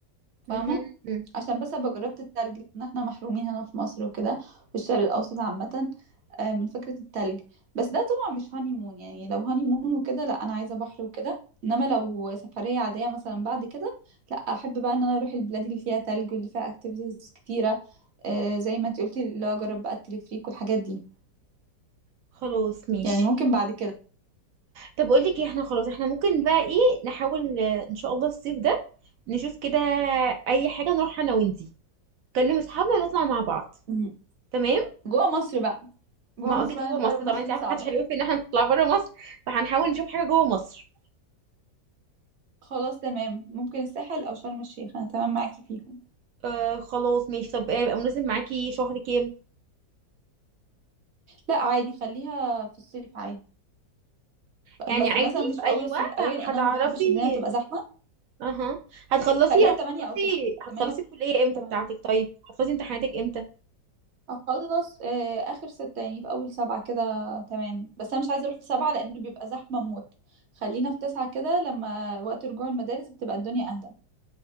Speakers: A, on the right; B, on the right.
A: فاهمة
B: مهم. مم.
A: عشان بس ابقى جربت التلج لان احنا محرومين هنا في مصر وكده في الشرق الاوسط عامة آه، من فكرة التلج بس ده طبعا مش هاني مون يعني لو هاني مون وكده لا انا عايزة بحر وكده انما لو سفرية عادية مثلا بعد كده لا احب بقى ان انا اروح البلاد اللي فيها تلج واللي فيها اكتيفيتيز كتيرة آه، زي ما انت قلتي اللي هو اجرب بقى التلفريك والحاجات دي
B: خلاص ماشي
A: يعني ممكن بعد كده
B: طب اقول لك ايه احنا خلاص احنا ممكن بقى ايه نحاول آه، ان شاء الله الصيف ده نشوف كده اي حاجة نروح انا وانتي نكلم اصحابنا ونطلع مع بعض
A: مم.
B: تمام
A: جوه مصر بقى جوه
B: ما
A: مصر
B: هو اكيد
A: بقى
B: جوه
A: لان
B: مصر
A: بره مصر
B: طبعا انت
A: دي
B: عارفه
A: صعبة
B: محدش هيوافق ان احنا نطلع بره مصر فهنحاول نشوف حاجه جوه مصر
A: خلاص تمام ممكن الساحل او شرم الشيخ انا تمام معاكي فيهم
B: آه خلاص ماشي طب ايه هيبقى مناسب معاكي شهر كام
A: لا عادي خليها في الصيف عادي
B: يعني
A: بس
B: عادي
A: مثلا مش
B: في
A: في
B: اي
A: اول
B: وقت
A: الصيف قوي
B: ه-
A: لان
B: هتعرفي
A: انا ما بحبش الدنيا تبقى زحمه
B: اها هتخلصي
A: خليها
B: هتخلصي
A: 8 او 9
B: هتخلصي
A: 8 او
B: الكليه امتى
A: 8
B: بتاعتك طيب هتخلصي امتحاناتك امتى
A: اخلص آه، اخر 6 يعني في اول 7 كده تمام بس انا مش عايزه اروح في 7 لان بيبقى زحمه موت خلينا في 9 كده لما وقت رجوع المدارس بتبقى الدنيا اهدى